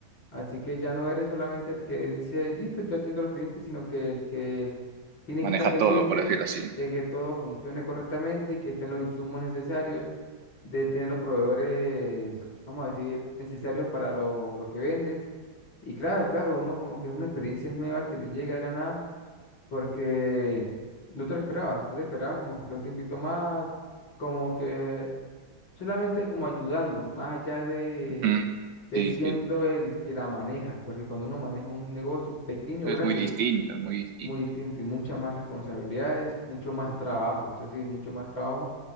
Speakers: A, on the left; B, on the right.
A: Así que ya no eres solamente el que dice, listo, yo atiendo a los clientes, sino que el que tiene
B: Maneja
A: que estar pendiente
B: todo, por decirlo así.
A: de que todo funcione correctamente, que estén los insumos necesarios, de tener los proveedores, vamos a decir, necesarios para lo, lo que vendes. Y claro, claro, uno como que es una experiencia nueva que le llega de la nada porque no te lo esperabas, tú te esperabas como que esté un tiempito más, como que solamente como ayudando, más allá de,
B: Ujú.
A: de
B: Sí,
A: siendo
B: sí.
A: el que la maneja, porque cuando uno maneja un negocio pequeño
B: Es
A: o grande,
B: muy distinto, es muy distinto.
A: muy distinto y muchas más responsabilidades, mucho más trabajo, eso sí, mucho más trabajo,